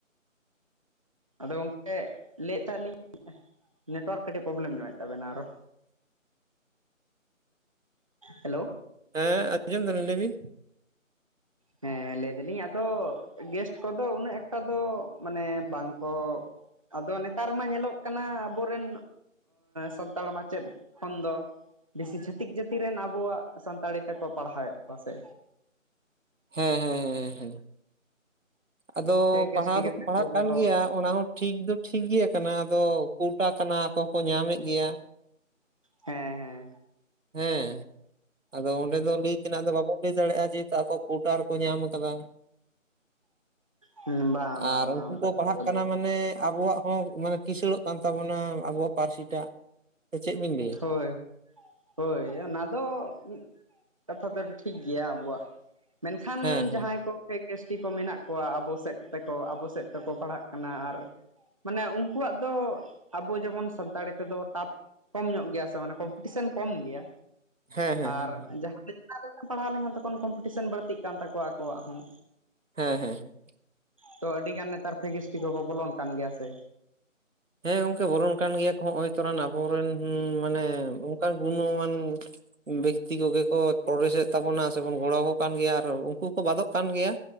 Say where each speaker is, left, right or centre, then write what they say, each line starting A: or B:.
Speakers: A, on the right; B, on the right.
A: ᱟᱫᱚ ᱜᱚᱝᱠᱮ ᱞᱟᱹᱭᱮᱫ ᱛᱟᱦᱮᱸ ᱞᱤᱧ ᱱᱮᱴᱣᱟᱨᱠ ᱠᱟᱹᱴᱤᱡ ᱯᱨᱚᱵᱞᱮᱢ ᱧᱚᱜᱮᱫ ᱛᱟᱵᱮᱱᱟ ᱟᱨᱚ᱾ ᱦᱮᱞᱳ᱾
B: ᱦᱮᱸ ᱟᱸᱡᱚᱢ ᱫᱟᱞᱤᱧ ᱞᱟᱹᱭ ᱵᱤᱱ᱾
A: ᱦᱮᱸ ᱞᱟᱹᱭ ᱫᱟᱞᱤᱧ ᱟᱫᱚ ᱜᱮᱥᱴ ᱠᱚᱫᱚ ᱩᱱᱟᱹᱜ ᱮᱠᱴᱟ ᱫᱚ ᱢᱟᱱᱮ ᱵᱟᱝᱠᱚᱼᱼ ᱟᱫᱚ ᱱᱮᱛᱟᱨ ᱢᱟ ᱧᱮᱞᱚᱜ ᱠᱟᱱᱟ ᱟᱵᱚᱨᱮᱱ ᱥᱟᱱᱛᱟᱲ ᱚ ᱢᱟᱪᱮᱫᱼᱼ ᱠᱷᱚᱱ ᱫᱚ ᱵᱮᱥᱤ ᱪᱷᱟᱹᱛᱤᱠ ᱡᱟᱹᱛᱤ ᱨᱮᱱ ᱟᱵᱚᱣᱟᱜ ᱥᱟᱱᱛᱟᱲᱤ ᱛᱮᱠᱚ ᱯᱟᱲᱦᱟᱣᱮᱫ ᱠᱚᱣᱟ ᱥᱮ᱾
B: ᱦᱮᱸ ᱦᱮᱸ ᱦᱮᱸ ᱦᱮᱸ ᱦᱮᱸ᱾ ᱟᱫᱚ
A: ᱴᱷᱮᱠ
B: ᱯᱟᱲᱦᱟᱣ
A: ᱮᱥᱴᱤ
B: ᱫᱚᱠᱚ
A: ᱠᱟᱛᱮᱫ
B: ᱯᱟᱲᱦᱟᱜ
A: ᱠᱚ ᱵᱚᱞᱚ
B: ᱠᱟᱱ ᱜᱮᱭᱟ ᱚᱱᱟ ᱦᱚᱸᱼᱼ ᱴᱷᱤᱠ ᱫᱚ ᱴᱷᱤᱠ ᱜᱮ ᱠᱟᱱᱟ ᱟᱫᱚ ᱠᱳᱴᱟ ᱠᱟᱱᱟ ᱟᱠᱚ ᱦᱚᱸᱠᱚ ᱧᱟᱢᱮᱫ ᱜᱮᱭᱟ᱾
A: ᱦᱮᱸ ᱦᱮᱸ᱾
B: ᱦᱮᱸ᱾ ᱟᱫᱚ ᱚᱸᱰᱮ ᱫᱚ ᱞᱟᱹᱭ ᱛᱮᱱᱟᱜ ᱫᱚ ᱵᱟᱵᱚᱱ ᱞᱟᱹᱭ ᱫᱟᱲᱮᱭᱟᱜᱼᱟ ᱡᱮᱦᱮᱛᱩ ᱟᱠᱚᱣᱟᱜ ᱠᱳᱣᱴᱟ ᱨᱮᱠᱚ ᱧᱟᱢ ᱠᱟᱫᱟ᱾
A: ᱦᱮᱸ ᱵᱟᱝ ᱵᱟᱝ
B: ᱟᱨ
A: ᱵᱟᱝ
B: ᱩᱱᱠᱩ
A: ᱚᱱᱠᱟ
B: ᱠᱚ
A: ᱫᱚ
B: ᱯᱟᱲᱦᱟᱜ
A: ᱵᱟᱞᱮ
B: ᱠᱟᱱᱟ ᱢᱟᱱᱮ ᱟᱵᱚᱣᱟᱜᱼᱼ ᱦᱚᱸ ᱢᱟᱱᱮ ᱠᱤᱥᱟᱹᱲᱚᱜ ᱠᱟᱱ ᱛᱟᱵᱚᱱᱟ ᱟᱵᱚᱣᱟᱜ ᱯᱟᱹᱨᱥᱤᱴᱟᱜ ᱥᱮ ᱪᱮᱫ ᱵᱤᱱ ᱞᱟᱹᱭᱟ?
A: ᱦᱳᱭ ᱷᱳᱭ ᱚᱱᱟ ᱫᱚᱼᱼ ᱠᱟᱛᱷᱟ ᱫᱚ ᱴᱷᱤᱠ ᱜᱮᱭᱟ ᱟᱵᱚᱣᱟᱜᱼᱼ ᱢᱮᱱᱠᱷᱟᱱ
B: ᱦᱮᱸ ᱦᱮᱸ
A: ᱡᱟᱦᱟᱸᱭ ᱠᱚ ᱯᱷᱮᱠ ᱮᱥᱴᱤ ᱠᱚ ᱢᱮᱱᱟᱜ ᱠᱚᱣᱟ ᱟᱵᱚ ᱥᱮᱫ ᱛᱮᱠᱚ ᱟᱵᱚ ᱥᱮᱫ ᱛᱮᱠᱚ ᱯᱟᱲᱦᱟᱜᱼᱼ ᱠᱟᱱᱟ ᱟᱨ ᱢᱟᱱᱮ ᱩᱱᱠᱩᱣᱟᱜ ᱫᱚ ᱟᱵᱚ ᱡᱮᱢᱚᱱ ᱥᱟᱱᱛᱟᱲᱤ ᱛᱮᱫᱚ ᱴᱟᱯᱼᱼ ᱠᱚᱢ ᱧᱚᱜ ᱜᱮᱭᱟ ᱥᱮ ᱢᱟᱱᱮ ᱠᱚᱢ ᱯᱤᱴᱤᱥᱮᱱ ᱠᱚᱢ ᱜᱮᱭᱟ
B: ᱦᱮᱸ ᱦᱮᱸ
A: ᱟᱨ
B: ᱦᱮᱸ
A: ᱡᱟᱦᱟᱸᱼᱼ <inaudible> ᱯᱟᱲᱦᱟᱣ ᱞᱮᱱᱠᱷᱟᱱ ᱠᱚᱢ ᱠᱚᱢᱯᱤᱴᱤᱥᱮᱱ ᱵᱟᱲᱛᱤᱜ ᱠᱟᱱ ᱛᱟᱠᱚᱣᱟ ᱟᱠᱚᱣᱟᱜ ᱦᱚᱸ᱾
B: ᱦᱮᱸ ᱦᱮᱸ᱾
A: ᱛᱚ ᱟᱹᱰᱤᱜᱟᱱ ᱱᱮᱛᱟᱨ ᱯᱷᱮᱠ ᱤᱥ ᱴᱤ ᱠᱚᱠᱚ ᱵᱚᱞᱚᱱ ᱠᱟᱱ ᱜᱮᱭᱟ ᱥᱮ᱾
B: ᱦᱮᱸ ᱜᱚᱢᱠᱮ ᱵᱚᱞᱚᱱ ᱠᱟᱱ ᱜᱮᱭᱟ ᱠᱚ ᱱᱚᱜᱼᱚᱭ ᱛᱚᱨᱟᱱ ᱟᱵᱚᱨᱮᱱ ᱦᱩ ᱢᱟᱱᱮ ᱚᱱᱠᱟᱱ ᱜᱩᱱᱚᱢᱟᱱ ᱵᱮᱠᱛᱤ ᱠᱚᱜᱮ ᱠᱚ ᱯᱨᱚᱵᱮᱥᱮᱫ ᱛᱟᱵᱚᱱᱟ ᱥᱮᱵᱚᱱ ᱜᱚᱲᱚ ᱟᱠᱚ ᱠᱟᱱ ᱜᱮᱭᱟ ᱟᱨ ᱩᱱᱠᱩ ᱦᱚᱸᱠᱚ ᱵᱟᱫᱚᱜ ᱠᱟᱱ ᱜᱮᱭᱟ,